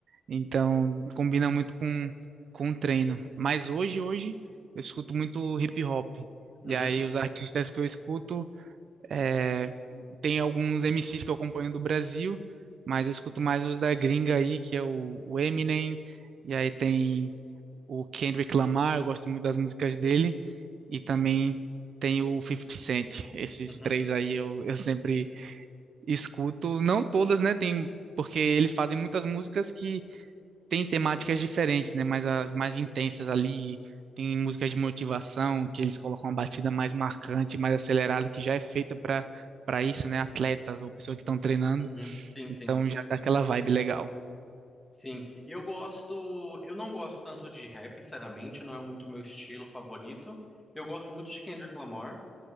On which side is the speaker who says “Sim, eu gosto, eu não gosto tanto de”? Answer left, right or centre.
Centre